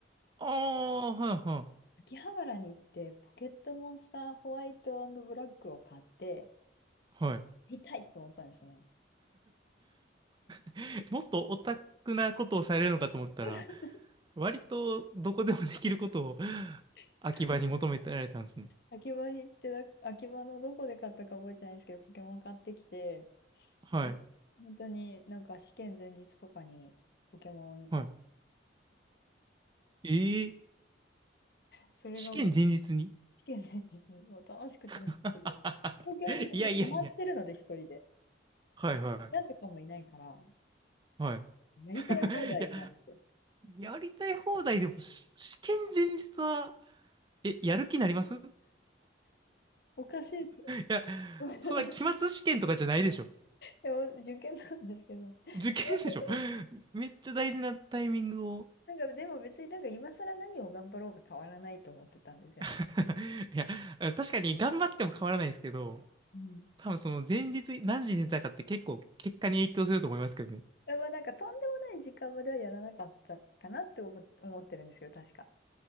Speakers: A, on the right (about 25°); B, on the left (about 55°).
A: ああ、はいは
B: 秋葉原に行って、ポケットモンスターホワイトブラックを買って、
A: い。はい。
B: 見たいと思ったんですね。
A: <laughs> もっとオタクなことをされるのかと思ったら、
B: <laughs>
A: 割とどこでもできることを
B: そう
A: 秋葉に求めてられたんですね。
B: 秋葉に行って、な秋葉のどこで買ったか覚えてないんですけど、ポケモン買ってきて、
A: はい。
B: で本当になんか試験前日とかにポケモンやって、
A: はい。ええ
B: それがもう
A: 試験前日に
B: 試験前日にもう楽しくて楽しくて、
A: <laughs>
B: 東京にその泊まってるので、
A: いやいやいや。
B: 一人で。
A: はいは
B: なんとかもいないから、
A: い。はい。
B: やりたい放題なんですよ。
A: <laughs> いや、やりたい放題でもし試験前日はえ、やる気になります <laughs> い
B: おかしいですよ。
A: や、
B: <laughs>
A: それは期末試験とかじゃないでしょ。
B: でも受験なんですけど。<laughs>
A: 受験でしょ。<laughs> めっちゃ大事なタイミングを。
B: なんか、でも別になんか今更何を頑張ろうか変わらないと思ってたんですよね。
A: <laughs> いや、確かに頑張っても変わらないんですけど、
B: うん。
A: 多分その前日何時に寝たかって結構結果に影響すると思いますけどね。
B: やっぱなんかとんでもない時間まではやらなかったかなって思思ってるんですけど、確か。